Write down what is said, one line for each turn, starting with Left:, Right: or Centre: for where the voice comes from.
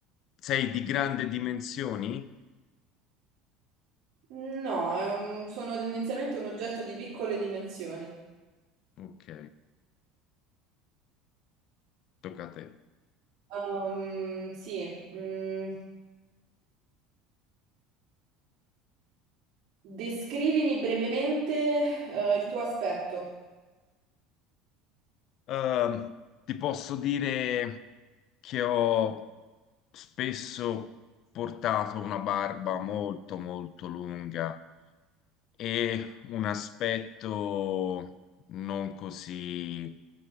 Left: sei di grandi dimensioni?
Right: No, è un- sono tendenzialmente un oggetto di piccole dimensioni.
Left: Ok, tocca a te.
Right: Um, sì, mm, descrivimi brevemente, eh, il tuo aspetto.
Left: Ehm, ti posso dire che ho spesso portato una barba molto molto lunga e un aspetto non così